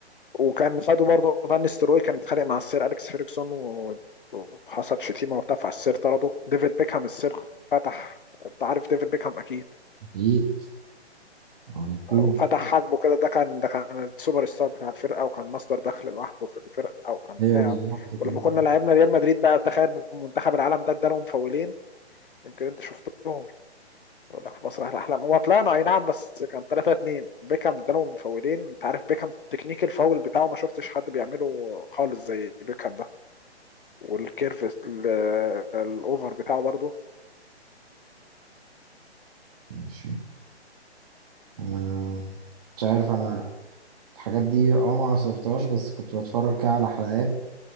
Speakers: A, on the left; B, on the right.
A: وكان خده برضه فان ستروي كان اتخانق مع السير اليكس فيرجسون و- وحصل شتيمه وبتاع فالسير طرده ديفيد بيكهام السير فتح انت عارف ديفيد بيكهام اكيد
B: اكيد آه، هيكون
A: وفتح حاجبه كده ده كان ده كان السوبر ستار بتاع الفرقه وكان مصدر دخل لوحده في الفرقه وكان
B: ايوه
A: بتاعه
B: بالظبط
A: ولما
B: كان
A: كنا لعبنا ريال مدريد بقى تخيل منتخب العالم ده ادالهم فاولين يمكن انت شفتهم يقول لك في مسرح الاحلام هو طلعنا اي نعم بس كان 3 2 بيكام ادالهم فاولين انت عارف بيكام تكنيك الفاول بتاعه ما شفتش حد بيعمله خالص زي بيكام ده والكيرف ال- الاوفر بتاعه برضه
B: ماشي آه، مش عارف انا الحاجات دي اه ما عصرتهاش بس كنت بتفرج كده على حلقات